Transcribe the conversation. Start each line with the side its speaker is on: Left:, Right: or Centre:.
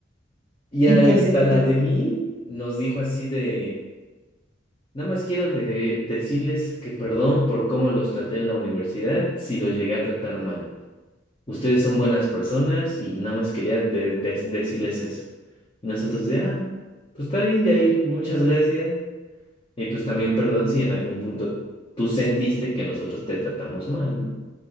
Left: Y
Right: ¿Y
Left: hasta
Right: qué les
Left: la
Right: dijo?
Left: de Mil nos dijo así de, nada más quiero de- decirles que perdón por cómo los traté en la universidad si los llegué a tratar mal. Ustedes son buenas personas y nada más quería de- de- decirles eso. Y nosotros de, ah, pues está bien, Jair, muchas gracias. Y pues también perdón si en algún punto tú sentiste que nosotros te tratamos mal, ¿no?